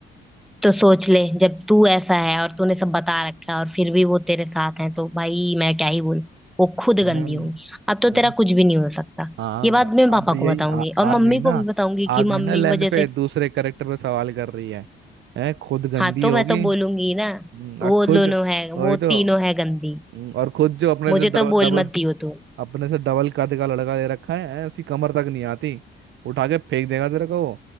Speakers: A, in the centre; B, on the right.
A: तो सोच ले जब तू ऐसा है और तूने सब बता रखा है और फिर भी वो तेरे साथ हैं तो भाई मैं क्या ही बोलूं वो खुद
B: यार
A: गंदी होंगी अब तो
B: हाँ
A: तेरा कुछ भी नहीं हो सकता
B: हाँ,
A: ये बात मैं
B: अब
A: पापा
B: यही
A: को बताऊंगी
B: आ,
A: और
B: आ
A: मम्मी
B: गई ना
A: को भी बताऊंगी
B: आ
A: कि
B: गई
A: मम्मी
B: ना लाइन
A: की वजह
B: पे
A: से
B: दूसरे करेक्टर पे सवाल कर रही है है खुद गंदी
A: हाँ तो
B: होगी
A: मैं तो बोलूंगी ना
B: हम्म,
A: वो
B: आ, खुद
A: दोनों है वो
B: वही तो
A: तीनों है गंदी
B: हम्म, और खुद जो अपने
A: मुझे
B: से डबल
A: तो बोल
B: डबल
A: मत दियो तू
B: अपने से डबल कद का लड़का ले रखा है, है उसकी कमर तक नहीं आती उठा के फेंक देगा तेरे को वो